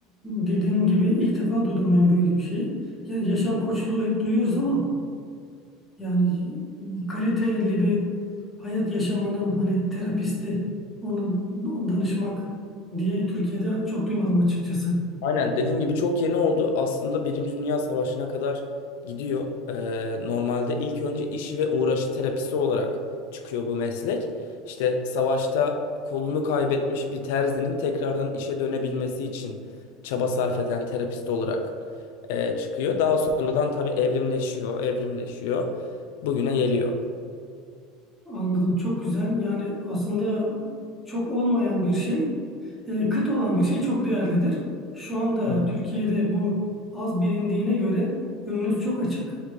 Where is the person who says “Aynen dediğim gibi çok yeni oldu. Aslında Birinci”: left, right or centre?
Left